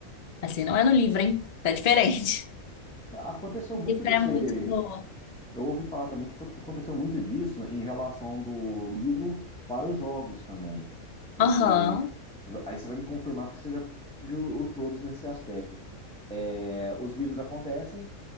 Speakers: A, on the left; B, in the centre.
A: Assim não é no livro, hein? Tá diferente.
B: Aconteceu
A: <laughs>
B: muito
A: Isso
B: desse,
A: é muito boa.
B: Eu ouvi falar também que aconteceu muito disso né, em relação do livro para os jogos também, porque
A: Aham.
B: aí você vai me confirmar porque você já viu o todos nesse aspecto. É, os livros acontecem,